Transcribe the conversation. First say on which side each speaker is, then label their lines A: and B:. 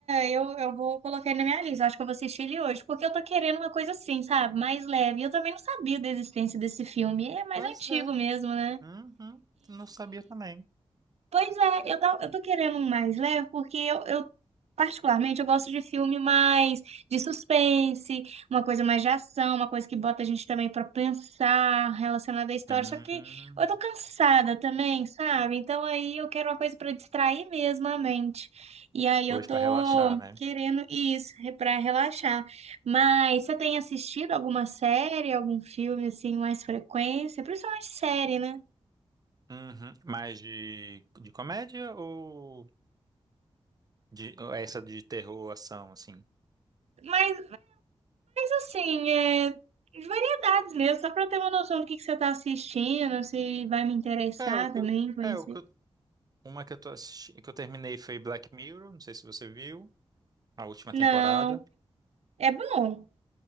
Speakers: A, on the right (about 80°); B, on the right (about 35°).
A: eu, eu vou colocar ele na minha lista. Eu Acho que eu vou assistir ele hoje, porque eu tô querendo uma coisa assim, sabe? Mais leve. Eu também não sabia da existência desse filme. É mais
B: Pois
A: antigo
B: é.
A: mesmo, né?
B: Uhum. Não sabia também.
A: Pois é, eu, tô eu tô querendo um mais leve, porque eu, eu, particularmente, eu gosto de filme mais de suspense, uma coisa mais de ação, uma coisa que bota a gente também pra pensar relacionada à história.
B: Hum.
A: Só que eu tô cansada também, sabe? Então aí eu quero uma coisa pra distrair mesmo a mente. E aí
B: Hoje
A: eu tô
B: pra relaxar, né?
A: querendo isso, re- pra relaxar. Mas você tem assistido alguma série, algum filme assim, mais frequência? Principalmente série, né?
B: Uhum. Mais de, de comédia ou de ou essa de terror, ação, assim?
A: Mas assim, é, variedades mesmo, só pra ter uma noção do que que você tá assistindo, se vai me interessar
B: É, o que
A: também
B: eu-
A: conhecer.
B: é o que eu- uma que eu tô assistindo, que eu terminei foi Black Mirror, não sei se você viu, a última
A: Não,
B: temporada.
A: é bom.